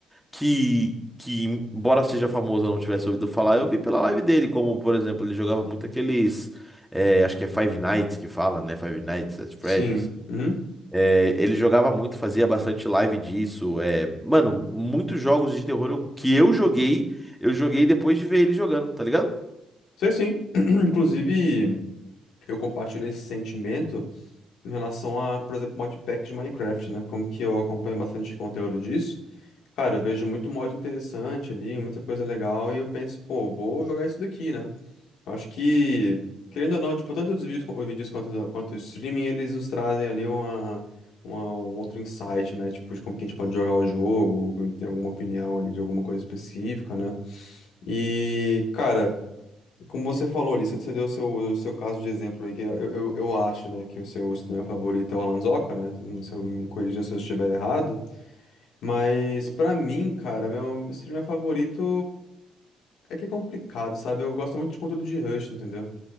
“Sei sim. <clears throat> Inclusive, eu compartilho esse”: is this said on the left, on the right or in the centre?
Left